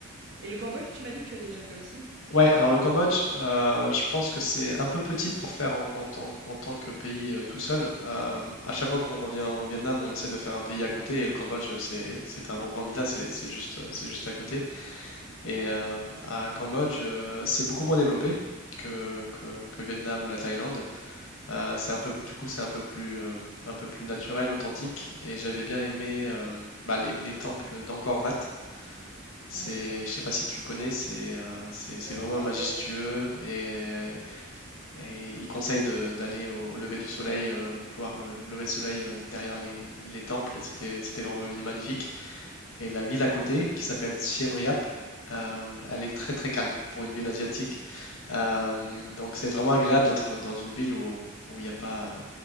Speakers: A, on the right; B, on the left.
A: Et le Cambodge, tu m'as dit que tu avais déjà fait aussi?
B: Ouais, alors le Cambodge, euh, je pense que c'est un peu petit pour faire en, en tant en tant que pays euh, tout seul. Euh, à chaque fois qu'on revient au Vietnam, on essaie de faire un pays à côté et le Cambodge, c'est c'est un bon candidat, c'est c'est juste, euh, c'est juste à côté. Et euh, à Cambodge, euh, c'est beaucoup moins développé que, que, que Vietnam ou la Thaïlande. Euh, c'est un peu, du coup, c'est un peu plus, euh, un peu plus naturel, authentique. Et j'avais bien aimé euh, bah, les, les temples d'Angkor Wat. C'est,
A: Ah oui.
B: je sais pas si tu connais, c'est euh, c'est
A: On
B: c'est
A: en
B: vraiment
A: a entendu
B: majestueux
A: ouais,
B: et, et il conseille de- d'aller au, au lever du soleil, euh, voir le lever du soleil euh, derrière les, les temples. C'était c'était vraiment magnifique. Et la ville à côté, qui s'appelle Siem Reap, euh, elle est très très calme pour une ville asiatique. Euh, donc c'est vraiment agréable d'être dans une ville où où il n'y a pas